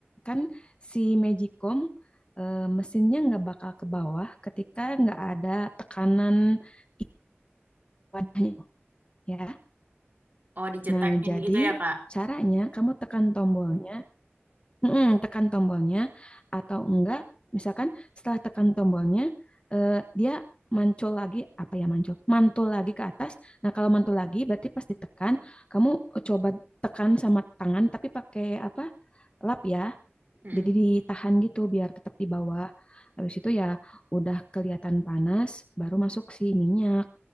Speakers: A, on the left; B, on the right.
A: kan si Magicom eh, mesinnya nggak bakal ke bawah ketika nggak ada tekanan i- wadahnya, ya.
B: Oh, dicetekin
A: Nah, jadi
B: gitu ya, Kak?
A: caranya kamu tekan tombolnya, Mm-mm, tekan tombolnya atau enggak, misalkan setelah tekan tombolnya eh, dia mancul lagi apa ya mancul, mantul lagi ke atas. Nah, kalau mantul lagi berarti pas ditekan, kamu coba tekan sama tangan tapi pakai apa? lap ya.
B: Mm-mm.
A: jadi ditahan gitu biar tetap di bawah. Habis itu ya udah kelihatan panas, baru masuk si minyak.